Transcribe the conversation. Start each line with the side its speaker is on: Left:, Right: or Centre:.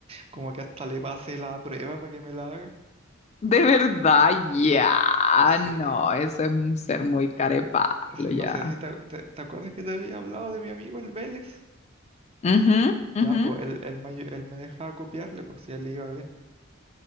Right: Como que hasta le pasé la prueba para que me la haga.
Left: De verdad, ya.
Right: Sí.
Left: No, eso es un ser muy carepalo,
Right: sí, No
Left: ya.
Right: sé si te, te- ¿te acuerdas que te había hablado de mi amigo el Vélez.
Left: Ujú,
Right: Ya,
Left: ujú.
Right: pues él, él, me, ayu- él me dejaba copiarle, pues si a él le iba bien.